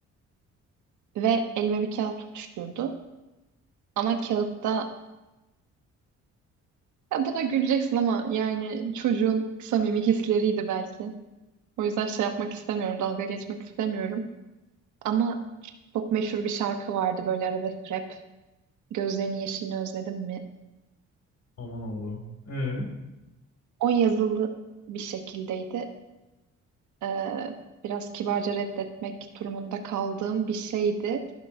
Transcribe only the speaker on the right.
ve elime bir kağıt tutuşturdu. Ama kağıtta ya buna güleceksin ama yani çocuğun samimi hisleriydi belki. O yüzden şey yapmak istemiyorum, dalga geçmek istemiyorum. Ama çok meşhur bir şarkı vardı böyle arabesk rap. Gözlerinin yeşilini özledim mi?
O yazılı bir şekildeydi. Ee, biraz kibarca reddetmek durumunda kaldığım bir şeydi.